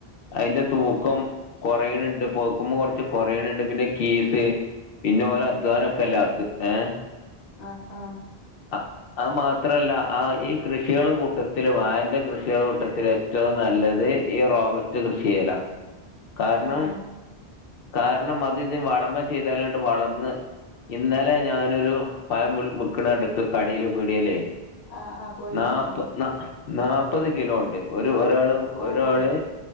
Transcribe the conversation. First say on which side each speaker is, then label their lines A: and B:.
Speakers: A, on the left; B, on the left.
A: അയിന്റെ തൂക്കം കൊറയണണ്ട് പയ്ക്കുമ്പോ കൊറച്ച് കൊറയണണ്ട്, പിന്നെ കീസ് പിന്നെ ഓല അധ്വാന അത് ഏ
B: ആ ആ
A: അ അത് മാത്രല്ല ആ ഈ കൃഷികള കൂട്ടത്തില് വായന്റെ കൃഷികള കൂട്ടത്തില് ഏറ്റവും നല്ലത് ഈ റോവെസ്റ്റ് കൃഷി ചെയല, കാരണം
B: ആഹ്
A: കാരണം അത് ഇത് വളമ ചെയ്താലോട്ട് വളർന്ന് ഇന്നലെ ഞാനൊരു പയം വിൽ വിക്കണ എടുക്ക് കടേല് പീടിയേലേ
B: ആഹ് ആഹ് പോയോക്കിനോ
A: നാപ്പ് ന നാപ്പത് കിലോ ഒണ്ട്, ഒരു ഒരാള്
B: ഓഹ്
A: ഒരാള്